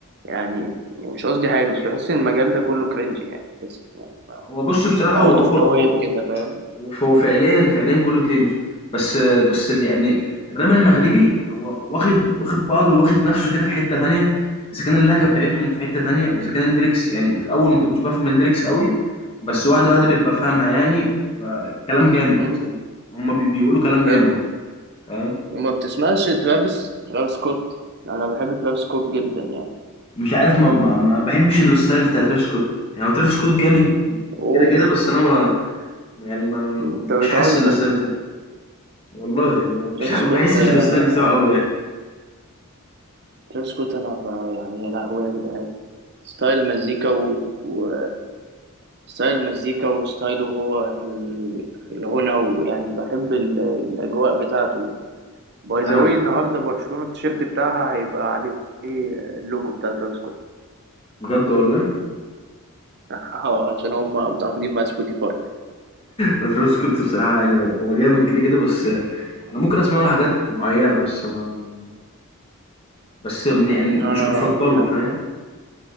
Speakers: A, on the right (about 50°); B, on the left (about 25°).
A: يعني يعني مش قصدي حاجة بس بحس إن المجال ده كله كرنج يعني بس يعني
B: هو بص بصراحه هو
A: أوت
B: هو
A: أوف نو وير كده فاهم
B: وهو فعليا فعليا كله كرنج بس بس اللي يعني الراب المغربي هو واخد واخد بعضه واخد نفسه كده في حتة تانية اذا كان اللهجة بتاعتهم في حتة تانية اذا كان الليركس يعني في الاول ما كنتش بفهم الليركس قوي بس واحدة واحدة بقيت بفهمها يعني ب- كلام جامد
A: مم.
B: هما بي- بيقولوا كلام جامد
A: حلو
B: فاهم
A: وما بتسمعش ترافيس ترافيس سكوت أنا بحب ترافيس سكوت جدا يعني
B: مش عارف ما, ما, ما بحبش الستايل بتاع ترافيس سكوت يعني هو ترافيس سكوت جامد
A: أوف
B: كده كده بس انا ما يعني ما
A: أنت
B: مش
A: بتهزر
B: حاسس الستايل بتاعه والله يعني ما
A: ترافيس
B: مش ح- ما
A: سكوت
B: بحسش
A: آه،
B: الستايل بتاعه قوي يعني
A: ترافيس سكوت أنا ب... يعني يا لهوي يا جدعان ستايل مزيكا و... و... ستايل المزيكا وستايله هو في, ال... في الغنى ويعني بحب ال... الأجواء بتاعته باي ذا
B: انا
A: واي النهاردة برشلونة التيشيرت بتاعها هيبقى عليه اللوجو بتاع ترافيس سكوت
B: بجد والله
A: <laughs> اه عشان هم متعاقدين مع سبوتيفاي
B: ترافيس سكوت بصراحة يعني هو جامد كده كده بس أنا ممكن أسمع له حاجات معينة بس ما بس م- يعني مش
A: أنا
B: بفضله
A: بحبه
B: فاهم